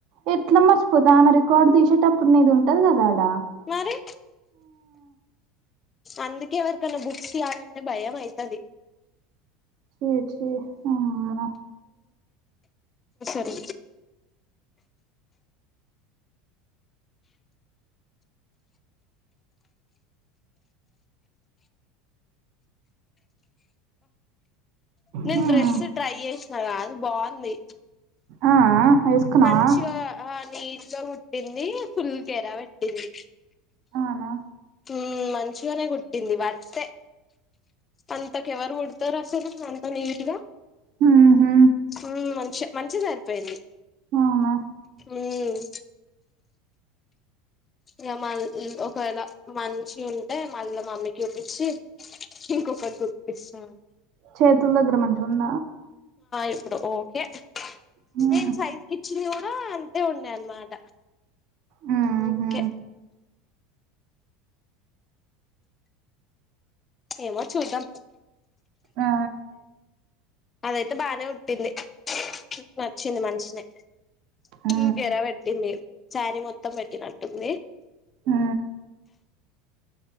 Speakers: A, on the right (about 50°); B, on the left (about 20°).
A: ఎట్లా మరచిపోత ఆమె రికార్డు తీసేటపు ఇప్పుడు నీది ఉంటాది కదా ఆడా
B: మరి అందుకే ఎవరికన్నా బుక్స్ ఇయ్యాలంటే భయం అయితాది
A: చి చి అవునా
B: సరి నేను
A: హ్మ్.
B: డ్రెస్సు ట్రై చేసినగా అది బాగుంది
A: ఆ! ఆ! ఏసుకున్నావా?
B: మంచిగా ఆ నీ గ కుట్టింది ఫుల్ గేర పేట్టింది
A: అవునా?
B: ఉ మంచిగానే కుట్టింది వర్తే అంతకెవరు కుడతారు అసలు అంత నీట్ గా
A: హుహు.
B: ఆ మంచి మంచిగా సరిపోయింది
A: అవునా?
B: ఆమ్ ఇగ మరి ఒకేలా మంచి ఉంటే మళ్ళ మమ్మీ కి చూపించి ఇంకొకటి కుటిస్తాను
A: చేతుల దగ్గర మంచిగా ఉంది
B: ఇప్పుడు ఓకే
A: హ్మ్.
B: నేను సైజ్కి ఇచ్చింది కూడా అంతే ఉండే అన్న మాట
A: హుహు.
B: అందుకే ఏమో చూద్దాం
A: ఆ!
B: అదైతే బానే కుట్టింది నచ్చింది మంచిగానే
A: ఆ!
B: ఫుల్ గెరబెట్టింది సారీ మొత్తం పెట్టినట్టుంది
A: ఆ!